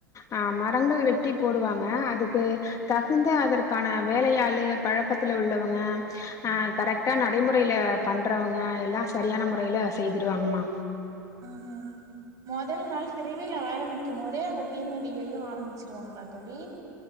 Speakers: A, on the left; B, on the right.
A: ஆ மரங்கள் வெட்டி போடுவாங்க அதுக்கு தகுந்த அதற்கான வேலையாளு பழக்கத்துல உள்ளவங்க அ கரெக்டா நடைமுறைல பண்றவங்க எல்லா செரியான முறைல செய்துடுவாங்கமா
B: ம்ஹும் மொதல் நாள் திருவிழா ஆரம்பிக்கு மோது தே அந்த தீமிதியையு ஆரமிச்சிருவாங்களா தோழி